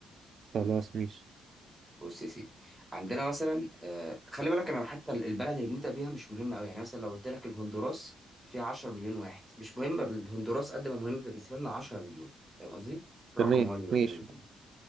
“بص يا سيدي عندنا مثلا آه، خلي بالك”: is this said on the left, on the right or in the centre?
Centre